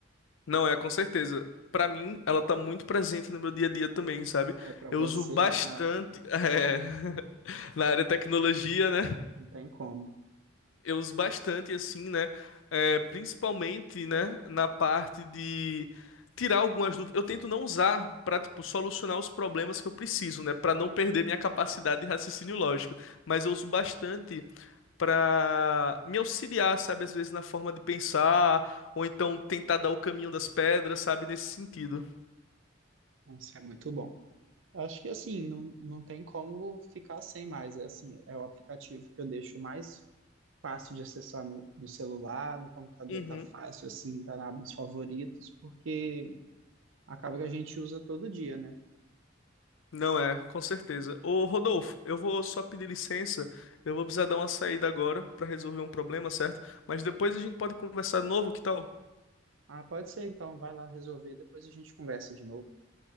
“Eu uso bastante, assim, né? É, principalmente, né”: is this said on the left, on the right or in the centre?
Left